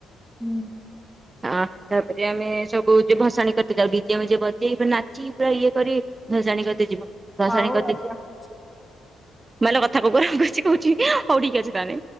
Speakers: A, in the centre; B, on the right.
A: ହୁଁ।
B: ଆ ତାପରେ ଆମେ ସବୁ ଯେ ଭସାଣି କରିତେ ଯାଉ ଡିଜେ ମିଜେ ବଜେଇ ନାଚି ପୁରା ଇଏ କରି ଭସାଣି କରୀତେ ଯିବ। ଭସାଣି
A: ଆଉ
B: କରିତେ
A: ଆଉ
B: ଯାଉ।
A: ରଖୁଛି।
B: <inaudible> ହଉ ଠିକ୍ ଅଛି ତାହେଲେ।